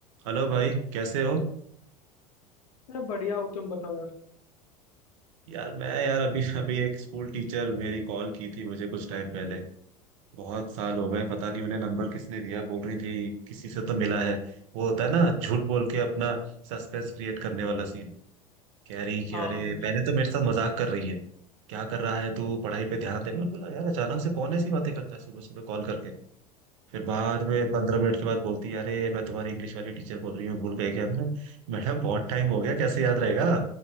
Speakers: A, on the right (about 50°); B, on the left (about 65°).
A: Hello भाई कैसे हो
B: मैं बढ़िया हो तुम बताओ यार
A: यार मैं यार अभी अभी एक स्कूल टीचर मेरी कॉल की थी मुझे कुछ टाइम पहले बहुत साल हो गए पता
B: अच्छा
A: नहीं
B: हो।
A: उन्हें नंबर किसने दिया बोल रही थी किसी से तो मिला है वो होता है ना झूठ बोल के अपना सस्पेंस क्रिएट करने वाला सीन कह रही कि
B: हाँ
A: अरे
B: हाँ
A: पहले तो मेरे साथ मजाक कर रही है क्या कर रहा है तू पढ़ाई पे ध्यान दे मैं बोला यार अचानक से कौन ऐसी बातें करता है सुबह सुबह कॉल करके फिर बाद में पंद्रह मिनट के बाद बोलती है अरे मैं तुम्हारी इंग्लिश वाली टीचर बोल रही हूँ भूल गए क्या मैं मैडम बहुत टाइम हो गया कैसे याद रहेगा